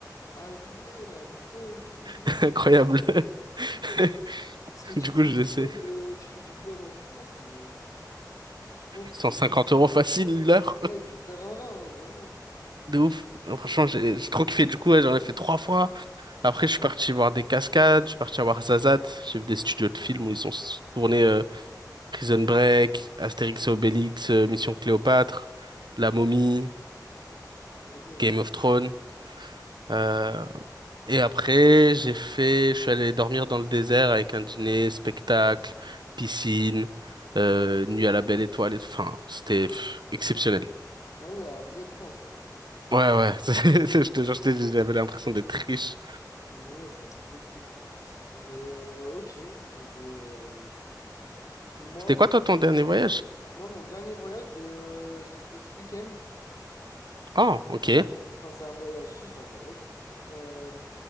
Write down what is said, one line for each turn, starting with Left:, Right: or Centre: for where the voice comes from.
Left: Ah ouais, la dinguerie!
Right: <laughs> Incroyable. <laughs>
Left: Ouais. Parce que tu
Right: Du
Left: fais
Right: coup, je
Left: du
Right: laissais
Left: quad, euh, tu fais du quad en France, mais je pense que
Right: cent cinquante
Left: tu,
Right: euros facile l'heure.
Left: ouais, tu perds un rein, hein, vraiment.
Right: De ouf. Franchement, j'ai j'ai trop kiffé. Du coup, ouais, j'en ai fait trois fois. Après, je suis parti voir des cascades, je suis parti voir Zazat. J'ai vu des studios de films où ils ont s- tourné euh, Prison Break, Astérix et Obélix, euh, Mission Cléopâtre, La
Left: Donc,
Right: Momie,
Left: Putain, trop bien.
Right: Game of Thrones.
Left: Ouais.
Right: Euh, et après, j'ai fait, je suis allé dormir dans le désert avec un dîner, spectacle, piscine, euh, nuit à la belle étoile et tout. Enfin, c'était pff, exceptionnel.
Left: Ah ouais, un vrai prince, quoi.
Right: Ouais, ouais, <laughs> c'est- c'est- je te jure, je t'ai dit, j'avais l'impression d'être riche.
Left: Ah mais ouais, c'est un truc de fou. Mais euh, ok, et ben euh, moi,
Right: C'était
Left: mon,
Right: quoi, toi, ton dernier voyage?
Left: moi, mon dernier voyage, ben, euh, c'était ce week-end.
Right: Oh, ok,
Left: Enfin, c'est un voyage, si, c'est un voyage. Euh,